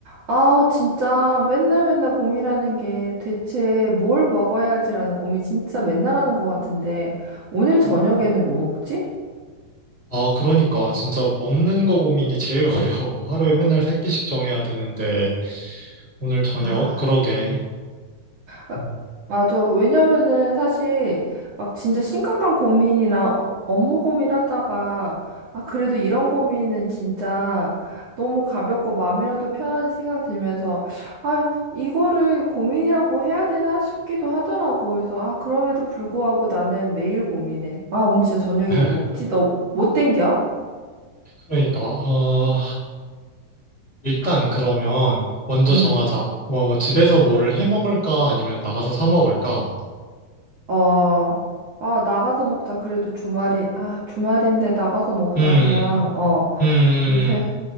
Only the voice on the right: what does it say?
아, 진짜 맨날 맨날 고민하는 게 대체 뭘 먹어야지라는 고민 진짜 맨날 하는 것 같은데 오늘 저녁에는
뭐 먹지?
아.
아,
맞아. 왜냐면은 사실 막 진짜 심각한 고민이나 어- 업무 고민하다가 아, 그래도 이런 고민은 진짜 너무 가볍고 마음이라도 편하지 생각 들면서 아, 이거를 고민이라고 해야 되나 싶기도 하더라고. 그래서 아, 그럼에도 불구하고 나는 매일 고민해. 아, 오늘 진짜 저녁에
뭐 먹지? 너 못 땡겨?
응.
어. 아, 나가서 먹자. 그래도 주말이, 아, 주말인데 나가서 먹자.
그냥, 어.
요새